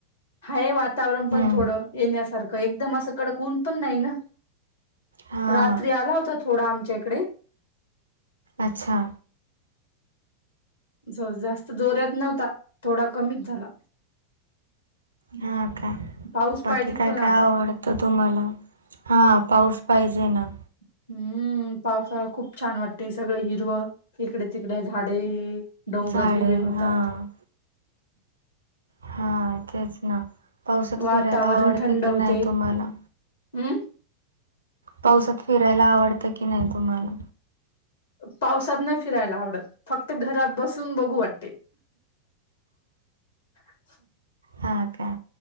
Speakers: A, on the left; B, on the right.
A: हाय वातावरण पण
B: हम्म
A: थोडं येण्यासारखं. एकदम असं कडक ऊन पण नाही ना.
B: हां
A: रात्री आला होता थोडा. थोडा आमच्या इकडे.
B: अच्छा.
A: ज-जास्त जोऱ्यात नव्हता. थोडा कमीच झाला. हम्म.
B: हा काय
A: पाऊस
B: बाकी
A: पाहिजेत
B: काय
A: पण आता
B: काय आवडतं तुम्हाला? हा पाऊस पाहिजे ना.
A: हम्म पावसाळा खूप छान वाटतोय. सगळं हिरवं इकडे-तिकडे झाडे. डोंगर
B: झाडे
A: हिरवे होतात.
B: हा हा तेच ना पावसात
A: वातावरण
B: फिरायला आवडतं
A: थंड
B: की
A: होते
B: नाही तुम्हाला?
A: हम्म
B: पावसात फिरायला आवडतं की नाही तुम्हाला?
A: पावसात नाही फिरायला आवडत. फक्त घरात बसून बघू वाटते. ह
B: हा का